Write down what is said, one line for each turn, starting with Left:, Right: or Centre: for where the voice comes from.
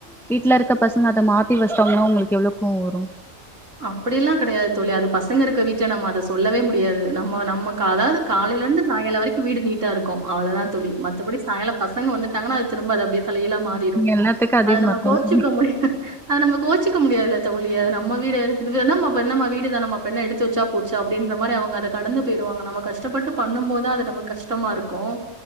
Centre: வீட்ல இருக்க பசங்க அத மாத்தி வச்ட்டாங்கன்னா உங்களுக்கு எவ்ளோ கோவோ வரு
Right: அப்படியெல்லா கெடையாது தோழி அது பசங்க இருக்க வீட்ல நம்ம அத சொல்லவே முடியாது நம்ம நமக்கு அதாது காலையில இருந்து சாய்ங்கால வரைக்கு வீடு நீட்டா இருக் கு அவ்வளவுதா தோழி மத்தபடி சாயங்காலோ பசங்க வந்துட்டாங்கன அது திரும்ப அப்டியே தலைகீழா மாறு றிடு
Centre: எல்லாத்துக்கு அதிகமா
Right: அத நம்ம
Centre: இருக்கு
Right: கோச்சிக்க
Centre: தோழி
Right: முடியாதுல அத நம்ம கோச்சிக்க முடியாதுல தோழி அத நம் நம்ம வீடு இது என்னாமா என்னமா வீடு தானேமா இப்ப எடுத்து வச்சா போச்சு அப்டின்ற மாரி அவங்க அத கடந்து போயிருவாங்க நம்ப கஷ் ஷ்டப்பட்டு பண்ணும் போது அது நம்ம கஷ்டமா இருக்கு